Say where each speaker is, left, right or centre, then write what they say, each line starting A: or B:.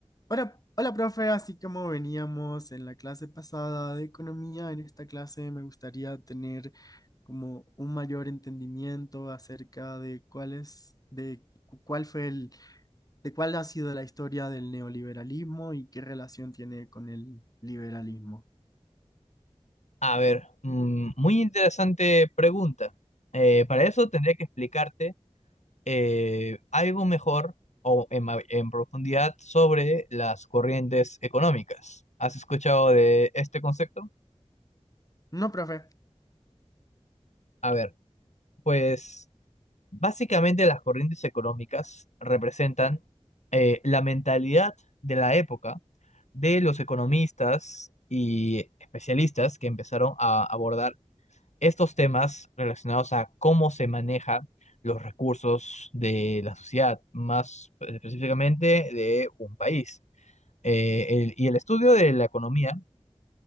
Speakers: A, on the left; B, on the left.
A: Hola, hola, profe. Así como veníamos en la clase pasada de economía, en esta clase me gustaría tener como un mayor entendimiento acerca de cuál es, de cu- cuál fue el, de cuál ha sido la historia del neoliberalismo y qué relación tiene con el liberalismo.
B: A ver, mm, muy interesante pregunta. Eh, para eso tendría que explicarte eh, algo mejor o en, ma- en profundidad sobre las corrientes económicas. ¿Has escuchado de este concepto?
A: No, profe.
B: A ver, pues básicamente las corrientes económicas representan eh, la mentalidad de la época de los economistas y especialistas que empezaron a abordar estos temas relacionados a cómo se maneja los recursos de la sociedad, más específicamente de un país. Eh, el- y el estudio de la economía